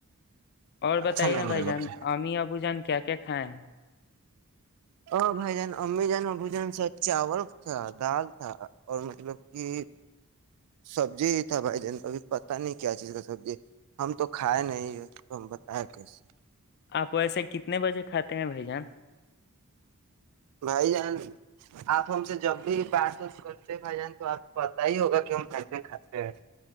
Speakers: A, on the left; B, on the right.
A: اور
B: اچھا
A: بتائیے
B: لیں
A: نا بھائی
B: گے
A: جان
B: لوگ
A: ااممی ابو جان کیا کائےیں
B: ا بھائی جان امی جان بھجن سے چاول تھا دال تھا اور مطلب کہ سبزی تھا بھائی جان ابھی پتا نہیں کیا چیز کا سبزی ہم تو کھائے نہیں تو ہم بتایا کیسے
A: آپ ویسے کتنے بجے کھاتے ہیں بھائی جان
B: بھائی جان آپ ہم سے جب بھی پارسس کرتے بھائی جان تو آپ پتتا ہی ہوگا کہ ہم کیس کھاتے ہیں